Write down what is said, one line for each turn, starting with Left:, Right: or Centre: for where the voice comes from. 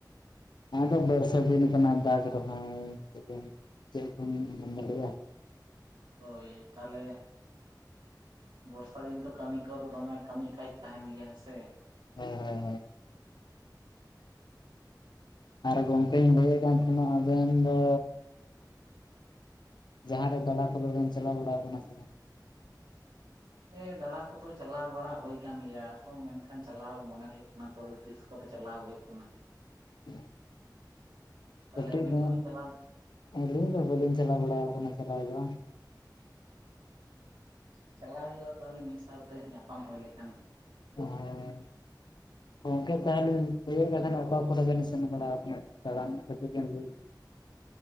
Left: ᱦᱮᱸ ᱟᱫᱚ ᱵᱟᱹᱨᱥᱟ ᱫᱤᱱ ᱠᱟᱱᱟ ᱫᱟᱜ ᱡᱚᱨᱚᱜ ᱟᱭ ᱪᱮᱫ ᱞᱮᱠᱟᱢ ᱧᱩᱢ ᱢᱚᱸᱜᱚ <unintelligible> ᱞᱮᱭᱟ?
Right: ᱦᱳᱭ ᱛᱟᱦᱚᱞᱮᱼᱼ ᱵᱚᱨᱥᱟ ᱫᱤᱱ ᱛᱚ ᱠᱟᱹᱢᱤ ᱠᱚᱫᱚ ᱫᱚᱢᱮ ᱠᱟᱹᱢᱤ ᱠᱟᱡ ᱛᱟᱦᱮᱱ ᱜᱮᱭᱟ ᱦᱮᱸ ᱥᱮ?
Left: ᱦᱳᱭ ᱦᱳᱭ ᱦᱳᱭᱼᱼ ᱟᱨ ᱜᱚᱝᱠᱮᱧ ᱞᱟᱹᱭᱮᱫ ᱠᱟᱱ ᱛᱟᱦᱮᱱᱟ ᱟᱵᱮᱱ ᱫᱚ? ᱡᱟᱦᱟᱸ ᱨᱮ ᱛᱚᱞᱟ ᱠᱚᱫᱚ ᱵᱮᱱ ᱪᱟᱞᱟᱣ ᱵᱟᱲᱟᱣ ᱠᱟᱱᱟ ᱥᱮ ᱵᱟᱝ?
Right: ᱦᱮᱸ ᱫᱟᱬᱟ ᱠᱚᱫᱚ ᱪᱟᱞᱟᱣ ᱵᱟᱲᱟ ᱦᱩᱭ ᱟᱠᱟᱱ ᱜᱮᱭᱟ ᱾ ᱟᱨᱦᱚᱸ ᱢᱮᱱᱠᱷᱟᱱ ᱪᱟᱞᱟᱣ ᱢᱚᱱᱮ ᱦᱩᱭᱩᱜ ᱠᱟᱱᱟ ᱾ ᱛᱚᱵᱮ ᱛᱤᱥ ᱠᱚᱛᱮ ᱪᱟᱞᱟᱣ ᱦᱩᱭᱩᱜ ᱠᱟᱱᱟ᱾
Left: <inaudible> ᱼᱼ
Right: <inaudible>
Left: ᱠᱟᱹᱴᱤᱡ
Right: ᱟᱹᱵᱤᱱ
Left: ᱫᱚ
Right: ᱫᱚᱵᱤᱱ ᱪᱟᱞᱟᱣ
Left: ᱟᱹᱞᱤᱧ ᱫᱚ ᱵᱟᱹᱞᱤᱧ ᱪᱟᱞᱟᱣ ᱵᱟᱲᱟ ᱠᱟᱱᱟ ᱪᱟᱞᱟᱣ ᱫᱚ᱾
Right: ᱩᱸᱻᱪᱟᱞᱟᱣ ᱦᱩᱭᱩᱜᱼᱟ ᱛᱟᱦᱚᱞᱮ ᱢᱤᱫ ᱥᱟᱣᱛᱮ ᱧᱟᱯᱟᱢ ᱦᱩᱭ ᱞᱮᱠᱷᱟᱱ᱾
Left: ᱦᱮᱸᱻ ᱜᱚᱢᱠᱮ ᱛᱟᱦᱚᱞᱮᱧ ᱱᱤᱭᱟᱹ ᱫᱟᱦᱟᱱ ᱚᱠᱟ ᱠᱚᱨᱮ ᱵᱮᱱ ᱥᱮᱱ ᱵᱟᱲᱟᱣ ᱠᱟᱱᱟ? ᱫᱟᱬᱟᱱ ᱠᱟᱛᱮ ᱜᱮᱤ ᱞᱟᱹᱭ